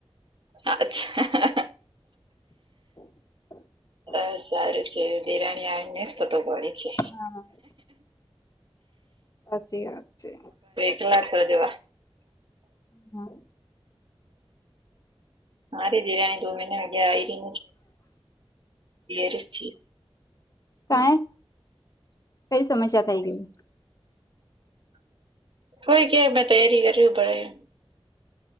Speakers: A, on the right (about 55°); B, on the left (about 35°).
A: અચ્છા
B: હ
A: અ સારું છે ધેરાણી આને જ ફતો પડે છે
B: હા જી વાત છે
A: પટલાસ દવા
B: હા
A: હારે બિરરાણી તો મહિને અગ્યા આવી ર ન છેિર
B: કઈ કઈ સમસ્યા થઈ ગઈ
A: હોય કે મેં તૈયારી કર્યું ભરા